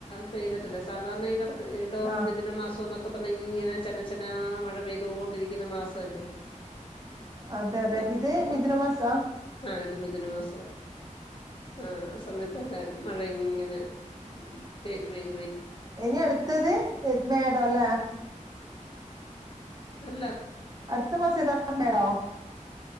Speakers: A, on the left (about 40°); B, on the right (about 30°).
A: പെയ്തിട്ടില്ല സാധാരണ ഈ വർ ഇടവോം
B: ആഹ്
A: മിഥുന മാസോനോ ക്കെ പറഞ്ഞ ഇങ്ങനെ ചെന ചെന മഴ പെയ്തോണ്ടിരിക്കുന്ന മാസവല്ലേ
B: അതെ അതെ
A: ആഹ്
B: ഇത്
A: ആഹ്
B: മിഥുന മാസാ
A: ആഹ് ഇത് മിഥുനമാസവാ ആഹ് ആ സമയത്തൊക്കെ മഴ ഇങ്ങനെ പെയ്തു പെയ്തു പെയ്
B: ഇനി അടുത്തത് മേടം അല്ലേ
A: അല്ല
B: അടുത്ത മാസം ഏതാ? മേടോ?